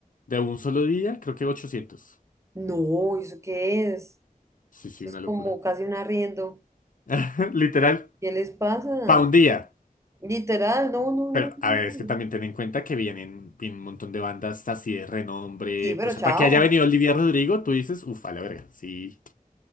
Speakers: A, on the left; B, on the right.
A: de un solo día, creo que 800.
B: No, ¿eso qué es?
A: Sí, sí,
B: Eso
A: una
B: es como
A: locura.
B: casi un arriendo.
A: <laughs> Literal,
B: ¿Qué les pasa?
A: pa' un día.
B: Literal, no, no, no,
A: Pero,
B: no.
A: a ver, es que también ten en cuenta que vienen, vienen un montón de bandas así de renombre.
B: Sí, pero
A: O sea,
B: chao.
A: para que haya venido Olivia Rodrigo, tú dices, ufa, la verga. Sí,